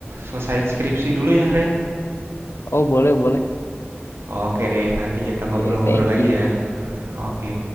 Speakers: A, on the right (about 75°); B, on the left (about 70°).
A: selesaiin skripsi dulu ya, Ren.
B: Oh, boleh, boleh.
A: Oke deh, nanti kita ngobrol-ngobrol
B: Oke, thank
A: lagi
B: you.
A: ya. Oke.